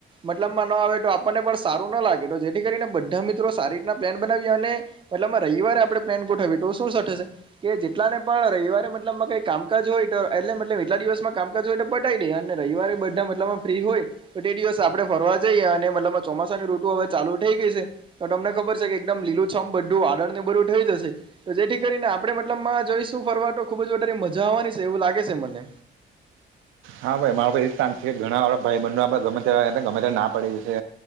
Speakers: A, on the right (about 25°); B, on the right (about 85°).
A: મતલબમાં ના આવે તો આપણને પણ સારું ના લાગે એથી કરીને બધા મિત્રો સારી રીતના પેન બનાવી અને મતલબમાં રવિવારે આપણે પેન ગોઠવીએ તો શું સ થશે કે જેટલાને પણ રવિવારે મતલબ કઈ કામકાજ હોય તો એટલે મતલ એટલા દિવસમાં કામકાજ હોય તો પટાઈ નઈ અને રવિરે બધા મતલબમાં ફ્રી હોય તો એ દિવસ આપડણે ફરવા જઈએ અને મતલબમાં ચોમાસાની રઋતુ હવે ચાલુ થ ગઈ છે તો તમને ખબર છે કે એકદમ લીલું છમ બધું વાદળ ને બધું થઈ જશે તો જેથી કરીને આપે મતલબ માં જઈશું ફરવાટો ખુબ જ વધારે મજા આવવાની છે એવું લાગે છે મને
B: હા ભાઈ મારો તો એ જથાન છે કે ઘણા વાળા ભાઈ બંધ આપ ગમે ત ગમે ત્યારે ના પડી જશે